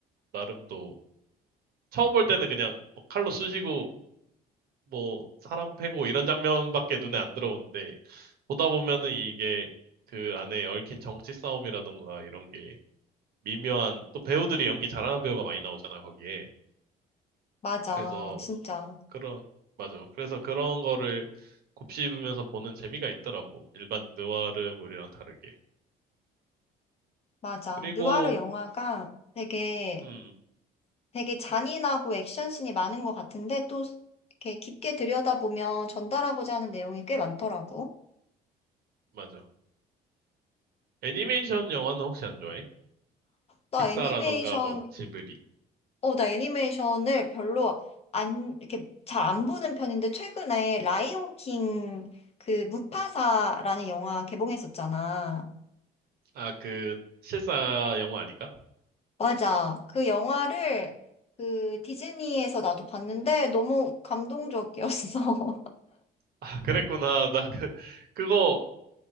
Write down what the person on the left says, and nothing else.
맞아,
진짜.
맞아.
느와르 영화가 되게,
되게 잔인하고 액션씬이 많은 것 같은데, 또 이렇게 깊게 들여다보면 전달하고자 하는 내용이 꽤 많더라고.
나
애니메이션,
어, 나 애니메이션을 별로 안, 이렇게 잘 안 보는 편인데, 최근에 라이온 킹 그 무파사라는 영화 개봉했었잖아.
맞아. 그 영화를 그 디즈니에서 나도 봤는데 너무 감동적이었어.